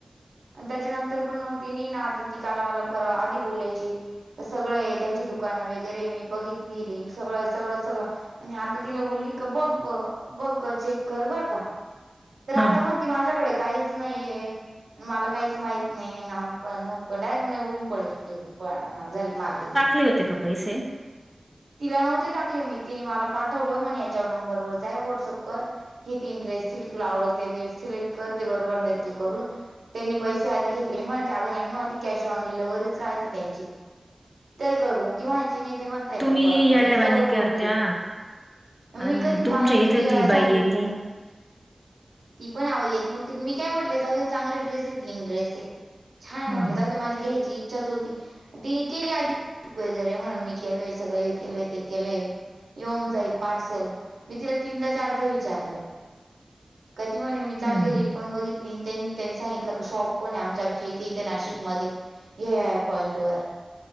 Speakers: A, on the right (about 85°); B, in the centre.
A: आणि त्याच्यानंतर पण मग तिनी ना आता ती काल मला आधी बोलायची. सगळं आहे त्यांची दुकानं वगैरे मी बघितली रील सगळं सगळं सगळं आणि आता तिला बोलली का बघ ब बघ चेक कर बर का तर आता
B: हा
A: म ती माझ्याकडे काहीच नाहीये. मला काहीच माहत नाही आमकण धमकन डारेक्ट नाही होऊन पडेलून झाली मारली तिने
B: आले होते का पैसे
A: तिला नव्हते टाकले मी तिने मला पाठवलं मण याच्या नंबरवर जाय व्हॉट्सअप कर ही तीन ड्रेस तुला आवडते सिलेक्ट करते बरोबर देेत करून त्यांनी पैसे आधी घेतले विमान चागणी आणू आधी कॅश ऑन डिलेव्हरीच राहते त्यांची काय करू ती म्हणायची नाही ते म्हणताय का
B: मी
A: कर कर
B: येडावाणी
A: सगळं बोलली.
B: करत्या
A: मी
B: आणि
A: कधी
B: तुमच्या
A: मला
B: इथं
A: किती वेळा
B: ती
A: सांगितलं.
B: बाई यती <inaudible>
A: ती पण आव येत नव्हती मी काय म्हटले जाऊ चांगले ड्रेस आहे तीन ड्रेस आहे. छान आहे
B: हम्म
A: म्हटलं
B: हम्म
A: जाऊ दे माझी घ्यायची इच्छाच होती तिने केली आधी वगैरे म्हणून मी केलंय हे सगळं केलंय ते केलंय येऊन जाईल पार्सल मी तिला तीनदा चारध विचारलं क ती म्हणे मी चांगली
B: हम्म हम्म.
A: रील पण बघितली त्यांनी त्यांनी सांगितलं क शॉप पण आमच्या आमच्या इथे इथे नाशिकमध्येध्ये ह पॉईंट वर